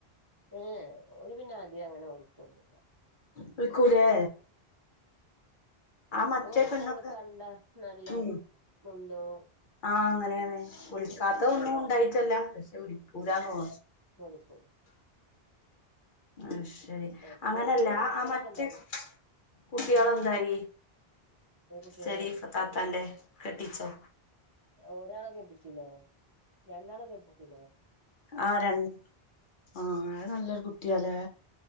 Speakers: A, on the right (about 25°); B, on the left (about 55°).
A: ഏഹ് ഓര് പിന്നെ അധികം അങ്ങനെ വിളിക്കുവൊന്നുവില്ല
B: വിളിക്കൂലെ മറ്റേ
A: ഓര് പിന്നെ
B: പെണ്ണൊക്കെ
A: നമ്മളെ കണ്ടാ നല്ല
B: ഉം
A: മിണ്ടൂം
B: ആഹ് അങ്ങനെയാണ് വിളിക്കാത്ത ഒന്നും ഉണ്ടായിട്ടല്ല പക്ഷെ വിളിക്കൂലാന്ന്‌
A: കോഴിക്കോട്
B: ആഹ് ശരി
A: മറ്റോര്
B: അങ്ങനെയല്ല
A: പിന്നെ വിളിക്കലൊക്കെ
B: ആ മറ്റേ
A: ഇണ്ടായിനു
B: കുട്ടികളെന്തായി
A: ഏത് കുട്ട്യേള്
B: ശരീഫ താത്താന്റെ കെട്ടിച്ചോ
A: ഒരാളെ കെട്ടിച്ചിലെ രണ്ടാളെ കെട്ടിച്ചിലെ
B: ആഹ് രണ്ട് ആഹ് അത് നല്ലൊരു കുട്ടിയാലേ